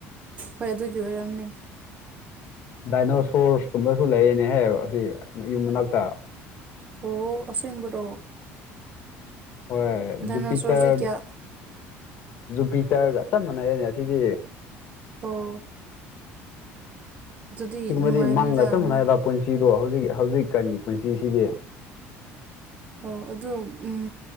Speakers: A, on the right (about 30°); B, on the left (about 45°).
A: ꯍꯣꯏ ꯑꯗꯨꯒꯤ ꯑꯣꯏꯔꯝꯅꯦ
B: ꯗꯥꯏꯅꯣꯁꯣꯔꯁ ꯀꯨꯝꯕꯁꯨ ꯂꯩꯌꯦꯅꯦꯍꯦꯛ ꯑꯁꯤ ꯌꯨꯝ ꯃꯅꯥꯛꯇ
A: ꯑꯣ ꯑꯁꯣꯏꯝꯕꯗꯣ
B: ꯍꯣꯏ
A: ꯗꯥꯏꯅꯣꯁꯣꯔꯁꯦ
B: ꯖꯨꯄꯤꯇꯔ
A: ꯀꯌꯥ
B: ꯖꯨꯄꯤꯇꯔꯒ ꯆꯞ ꯃꯥꯟꯅꯩꯔꯅꯦ ꯑꯁꯤꯗꯤ
A: ꯑꯣ ꯑꯗꯨꯗꯤ
B: ꯑꯁꯤꯒꯨꯝꯕꯗꯤ
A: ꯅꯨꯡꯉꯥꯏꯅꯤꯗ
B: ꯃꯪꯒ ꯆꯞ ꯃꯥꯟꯅꯩꯗ
A: ꯃꯣꯏ
B: ꯄꯨꯟꯁꯤꯗꯣ ꯍꯧꯖꯤꯛ ꯍꯧꯖꯤꯛ ꯀꯟꯒꯤ ꯄꯨꯟꯁꯤꯁꯤꯗꯤ
A: ꯑꯣ ꯑꯗꯨ ꯎ